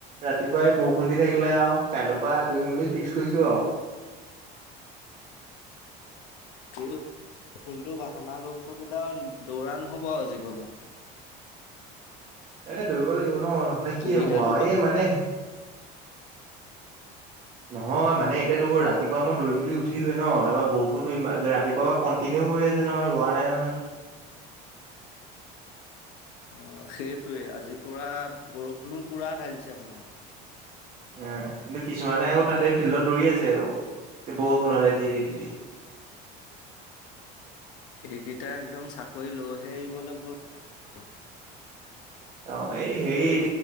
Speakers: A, on the right (about 35°); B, on the left (about 80°).
A: ৰাতিপুৱাই বৰষুণ দি থাকিলে আৰু, কাইলৈ পা দৌৰিম বুলি ফিক্স কৰিছো আৰু। <inaudible>
B: তোৰো কোনটো বাহানা লগ থাকিলে দৌৰা নহব আৰু জীৱনত।
A: এ দৌৰিব লাগিব ন নহ'লে
B: সুবিধাটো
A: কি হ'ব,
B: পা
A: এই মানে নহয় মানে এতিয়া তোৰ ৰাতিপুৱা মই দৌৰিম বুলি উঠিলোৱে ন, তাৰপৰা বৰষুণটো ইমা ৰাতিপুৱা পা কন্টিনিউ কৰি আছে নহ ৰোৱা নাই নহয়।
B: অ সেইটোৱে আজি পুৰা বৰষুণো পুৰা ঢালিছে মানে আও।
A: এহ কিন্তু কিছুমানে আকৌ তাতে ফিল্ডত দৌৰি আছে আৰু বৰষুণতে তিতি তিতি।
B: সেইকেইটা একদম চাকৰি লৈহে এৰিবলে <unintelligible>
A: তাওৱে এ সেইট